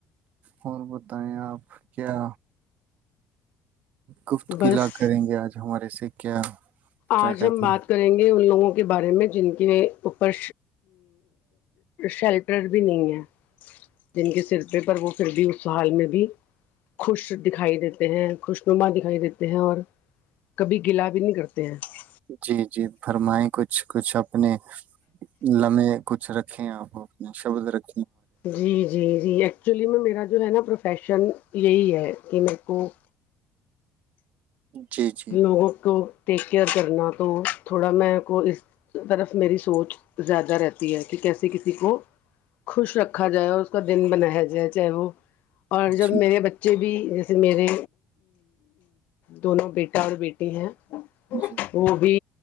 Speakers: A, on the right; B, on the left.
A: اور بتائیں آپ کیا گفت
B: بس
A: قلع کریں گے آج ہمارے سے کیا کیا
B: آج
A: کہتے
B: ہم بات
A: ہیں
B: کریں گے ان لوگوں کے بارے میں جن کے اوپر شیلٹر بھی نہیں ہے جن کے سر پہ پر وہ پھر بھی اس حال میں بھی خوش دکھائی دیتے ہیں خوشنما دکھائی دیتے ہیں اور کبھی گلا بھی نہیں کرتے ج
A: جی جی فرمائیں کچھ کچھ اپنے لمے کچھ رکھیں آپ اپنے شبد رکھ
B: جی جی جی ایک ایکچولی میں میرا جو ہے نا پروفیشن یہی ہے کہ میرے کو
A: جی جی
B: لوگوں کو ٹیک کیئر کرنا تو تھوڑا م کو اس طرف میری سوچ زیادہ رہتی ہے کہ کیسے کسی کو خوش رکھا جائے اور اس کا دن بنایا جائے چاہے وہ اور جب
A: جی
B: میرے بچے بھی جیسے میرے دونوں بیٹے اور بیٹی ہیں
A: جی
B: وہ بھی